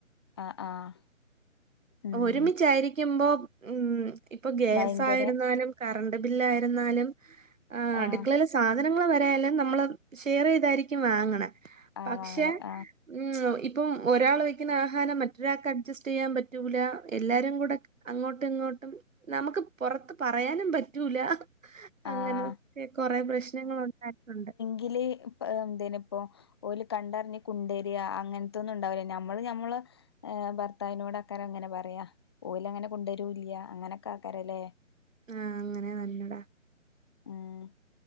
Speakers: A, on the left; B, on the right.
A: ആഹ് ആഹ് ഉം
B: ഒരുമിച്ചായിരിക്കുമ്പോ ഉം ഇപ്പൊ ഗേസായിരുന്നാലും
A: ഭയങ്കര
B: കറണ്ട് ബില്ലായിരുന്നാലും
A: ആഹ്
B: അടുക്കളയില സാധനങ്ങള് വരെയല്ലാം നമ്മള് ഷെയർ ചെയ്തായിരിക്കും വാങ്ങണെ
A: ആഹ്
B: പക്ഷെ
A: വാങ്ങണേ ആഹ്
B: ഉം ഇപ്പം ഒരാൾ വെക്കുന്ന ആഹാരം മറ്റൊരാൾക്ക് അഡ്ജസ്റ്റ് ചെയ്യാൻ പറ്റൂല എല്ലാരും കൂടെ അങ്ങോട്ടും ഇങ്ങോട്ടും നമുക്ക് പൊറത്ത് പറയാനും പറ്റൂല
A: ആഹ്
B: അങ്ങനൊക്കെ കൊറെ പ്രശ്നങ്ങളുണ്ടായിട്ടുണ്ട്
A: ഇതില് ഇപ്പ എന്തേനിപ്പോ ഓല് കണ്ടറിഞ്ഞി കുണ്ടരിയ അങ്ങനത്തൊന്നും ഉണ്ടാവില്ല നമ്മള് ഞമ്മള് ഭർത്താവിനോട് ആക്കാരം അങ്ങനെ പറയാ ഓല് അങ്ങനെ കൊണ്ടരൂല്ല അങ്ങനൊക്കെ ആക്കാരല്ലേ
B: ആഹ് അങ്ങനെ തന്നടാ
A: ആഹ്